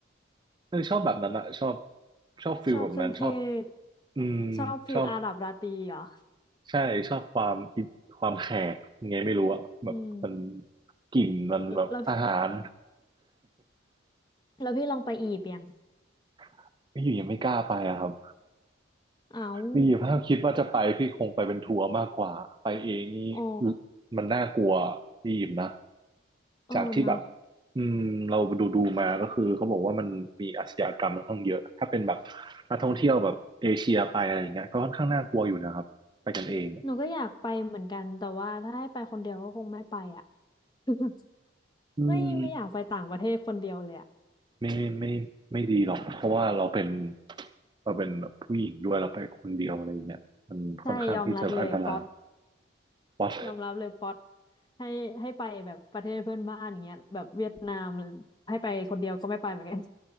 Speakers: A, on the right; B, on the left.
A: เออชอบแบบนั้นอะชอบชอบฟิลแบบนั้นชอบ
B: ชอบเครื่องเทศ
A: อืม
B: ชอบฟิลอาหรับราตรีเหรอ
A: ชอบใช่ชอบความอิความแขกยังไงไม่รู้อะแบบมัน
B: อืม
A: กลิ่นมันแบบอาหาร
B: แล้วพี่แล้วพี่ลองไปอียิปต์ยัง
A: <laughs> ไม่อยู่ยังไม่กล้าไปอะครับ
B: อ้าว
A: นี่ถ้าคิดว่าจะไปพี่คงไปเป็นทัวร์มากกว่าไปเองนี่
B: อ๋อ
A: มันน่ากลัวพี่ยิมนะ
B: อ๋อเนาะ
A: จากที่แบบอืมเราดูดูมาก็คือเขาบอกว่ามันมีอาชญากรรมค่อนข้างเยอะถ้าเป็นแบบนักท่องเที่ยวแบบเอเชียไปอะไรอย่างเงี้ยก็ค่อนข้างน่ากลัวอยู่นะครับไปกันเองเนี่ย
B: หนูก็อยากไปเหมือนกัน แต่ว่าถ้าให้ไปคนเดียวก็คงไม่ไปอ่ะ <laughs>
A: อืม
B: ไม่ไม่อยากไปต่างประเทศคนเดียวเลยอ่ะ
A: ไม่ไม่ไม่ดีหรอกเพราะว่าเราเป็นเราเป็นผู้หญิงด้วยเราไปคนเดียวอะไรอย่างเงี้ยมันค่อนข้างที่จะอันตราย
B: ใช่ยอมรับเลยป๊อต
A: วัด
B: ยอมรับเลยป๊อตให้ให้ไปแบบประเทศเพื่อนบ้านอย่างเงี้ยแบบเวียดนามให้ไปคนเดียวก็ไม่ไปเหมือนกัน